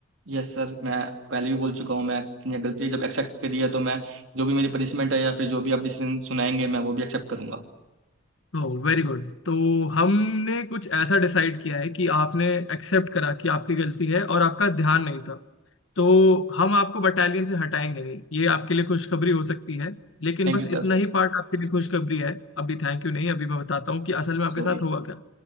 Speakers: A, on the right; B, on the left.
A: यस सर मैं पहले भी बोल चुका हूँ मैं अपनी गलती जब एक्सेप्ट करी है तो मैं जो भी मेरी पनिशमेंट है या फिर जो भी आप डिसीजन सुनाएंगे मैं वो भी एक्सेप्ट करूंगा
B: Oh very good तो हमने कुछ ऐसा डिसाइड किया है कि आपने एक्सेप्ट करा कि आपकी गलती है और आपका ध्यान नहीं था तो हम आपको बटालियन से हटाएंगे नहीं ये आपके लिए खुशखबरी हो सकती है लेकिन
A: Thank
B: बस
A: you sir
B: इतना ही पार्ट आपके लिए खुशखबरी है अभी थैंक यू नहीं अभी मैं बताता हूँ कि असल में आपके
A: Sorry
B: साथ हुआ क्या